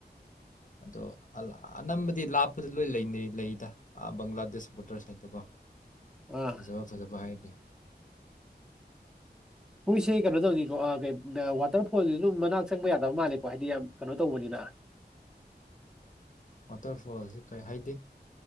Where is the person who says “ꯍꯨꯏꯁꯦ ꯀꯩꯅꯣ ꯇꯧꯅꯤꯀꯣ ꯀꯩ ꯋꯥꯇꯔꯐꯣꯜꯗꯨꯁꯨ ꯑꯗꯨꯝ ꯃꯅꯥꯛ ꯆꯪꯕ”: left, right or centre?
Centre